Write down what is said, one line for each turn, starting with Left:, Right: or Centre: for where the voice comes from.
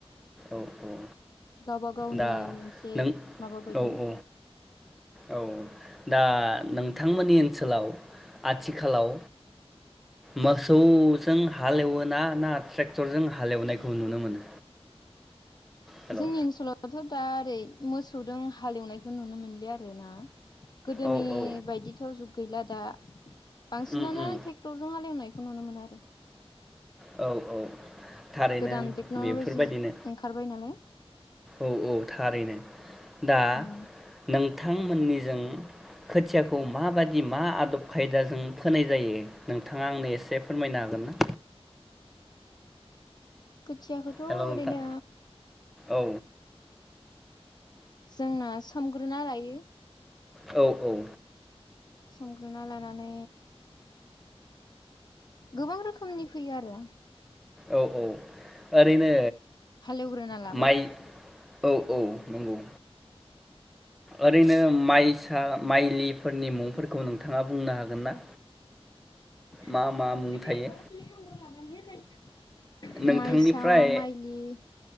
Centre: औ औ
Left: गावबा गावनि
Centre: दा
Left: मोनसे
Centre: नों
Left: माबा बायदि
Centre: औ औ औ दा नों नोंथांमोननि ओनसोलाव आथिखालाव मोसौ जों हालेवो ना ना ट्रेक्टर जों हालेवनायखौ नुनो मोनो हेलौ
Left: जोंनि ओनसोलाव थ' दा ओरै मोसौदों हालेवनायखौ नुनो मोनलिया आरोना गोदोनि
Centre: औ औ
Left: बायदिथ' जुग गैला दा बांसिनानो
Centre: उम उम
Left: ट्रेक्टरजों हालेवनाय खौ नुनो मोनो आरो
Centre: औ औ थारैनो
Left: गोदान टेक्न'ल'जि
Centre: बेफोरबायदिनो
Left: ओंखारबाय नालाय
Centre: औ औ थारैनो दा
Left: उम
Centre: नों नोंथांमोननिजों खोथियाखौ माबादि मा आदब खायदाजों फोनाय जायो नोंथाङा आंनो एसे फोरमायनो हागोन ना
Left: खोथियाखौथ'
Centre: हेल'
Left: ओरैनो
Centre: नोंथां औ
Left: जोंना सोमग्रोना लायो।
Centre: औ-औ।
Left: संग्रोना लानानै गोबां रोखोमनि फैयो आरो
Centre: औ-औ ओरैनो
Left: हालेवग्रोना लाबाय
Centre: माइ औ-औ नंगौ। ओरैनो माइसा माइलिफोरनि मुंफोरखौ नोंथाङा बुंनो हागोन ना।
Left: <unintelligible> <unintelligible>
Centre: मा मा मुं थायो नोंथांनिफ्राय
Left: माइसा माइलि